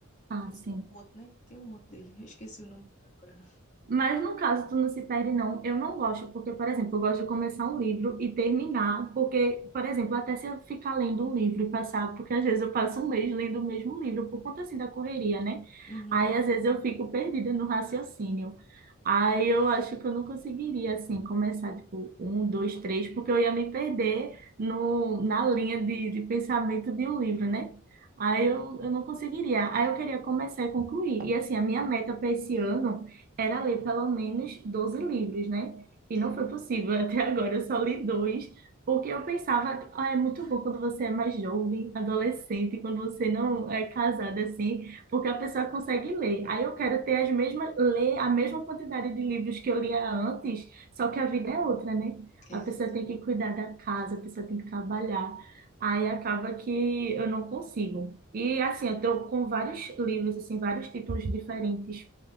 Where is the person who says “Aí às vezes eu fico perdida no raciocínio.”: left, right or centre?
Right